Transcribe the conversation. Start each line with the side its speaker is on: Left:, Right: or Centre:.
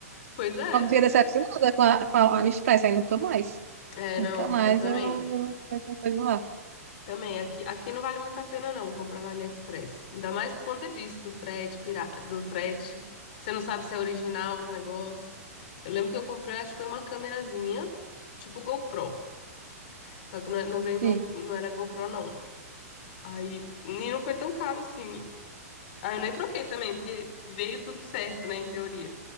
Left: pois é.
Right: fiquei decepcionada com a, com a AliExpress, aí nunca mais.
Left: É,
Right: Nunca
Left: não,
Right: mais
Left: eu também.
Right: eu eu coisa lá.
Left: Também. Aqui, aqui não vale muito a pena, não, comprar no AliExpress. Ainda mais por conta disso, do frete, pira... do frete. Você não sabe se é original os negócios. Eu lembro que eu comprei, acho que foi uma câmerazinha, tipo GoPro. Só que não, é- não veio, Go-
Right: Sim,
Left: não era GoPro, não. Aí, e não foi tão caro assim. Aí eu nem troquei também, porque veio tudo certo, né, em teoria.